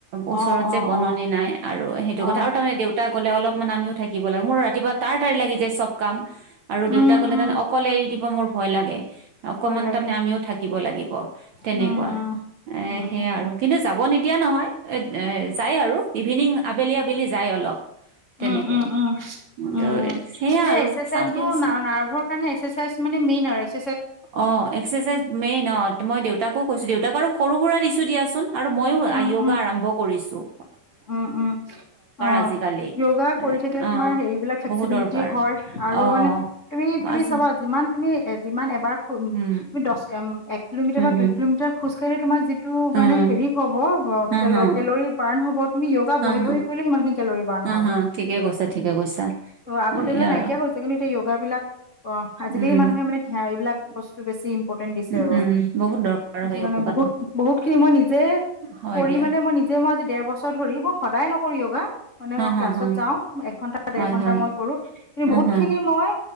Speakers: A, on the right (about 80°); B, on the left (about 80°).
A: ওচৰত
B: অ
A: যে
B: অ
A: বননি
B: অ
A: নাই আৰু সেইটো
B: অ
A: কথা আৰু তাৰমানে দেউতা ক'লে অলপ মান আমিও থাকিব লাগে মোৰ ৰাতিপুৱা তাৰা তাৰি লাগি যায় চব কাম আৰু দেউতা
B: উম
A: ক'লে
B: উম
A: তাৰমানে অকলে এৰি দিব মোৰ ভয় লাগে অকমান
B: ভয় লাগে
A: তাৰমানে আমিও থাকিব লাগিব তেনেকুৱা
B: উম
A: এ
B: উম
A: সেয়া
B: উম
A: আৰু কিন্তু যাব নিদিয়া নহয়, এ এ যায় আৰু ইভিনিং আবেলি আবেলি যায় অলপ। তেনেকে
B: উম উম উম
A: কিন্তু
B: উম
A: সেয়া
B: উ
A: আৰু
B: এক্সাৰচাইজ
A: চাওঁ দিয়াচোন
B: বোৰ নাৰ্ভৰ কাৰনে এক্সাইছাইজ মানে মেইন আৰু এক্স
A: অ এক্সাৰচাইজ মেইন অ মই দেউতাকো কৈছো দেউতাক আৰু সৰু সুৰা দিছোঁ দিয়াচোন আৰু ময়ো
B: উম
A: যোগা
B: উম
A: আৰম্ভ কৰিছোঁ
B: উম উম অ
A: আজিকালি
B: যোগা
A: এ
B: কৰি থাকিলে
A: অ',
B: তোমাৰ হেৰি বিলাক ফ্লেক্সিবিলিটি
A: বহুত দৰকাৰ
B: হয় আৰু
A: অ',
B: মানে তুমি -তুমি
A: আজি
B: চাবা যিমান তুমি এ যিমান এবাৰ ম
A: উম,
B: তুমি দহ এক কিলোমিটাৰ
A: হম,
B: বা
A: হম,
B: দুই কিলোমিটাৰ খোজ কাঢ়ে তোমাৰ যিটো
A: উম,
B: মানে হেৰি হ'ব কেলৰি
A: হা, হা,
B: বাৰ্ণ হ'ব তুমি য়োগা
A: হা,
B: বহি
A: হা,
B: বহি কৰিলে সিমান খিনি কেলৰি বাৰ্ণ
A: হা,
B: হয়
A: হা, ঠিকে কৈছা ঠিকে কৈছা
B: ত আগতে এইবিলাক
A: এয়া আৰু
B: নাইকিয়া হৈছে কিন্তু এতিয়া যোগা বিলাক অ আজিকালি
A: উম,
B: মানুহে মানে ধান এইবিলাক বস্তু বেছি দিছে
A: উম,
B: আৰু
A: উম, বহুত দৰকাৰ
B: সেইটো
A: হয় য়োগাটো
B: কাৰণে বহু বহুতখিনি মই নিজে
A: হয়
B: কৰি
A: দিয়া
B: মানে মই নিজে মই আজি ডৰ বছৰ ধৰি মই সদায় নকৰি অ গা মানে
A: হা,
B: মই
A: হা,
B: ক্লাছত
A: হা,
B: যাওঁ এঘন্টা দেৰ
A: হয়,
B: ঘন্টা
A: হয়,
B: মই কৰো কিন্তু
A: উম,
B: বহুতখিনি
A: হম,
B: মই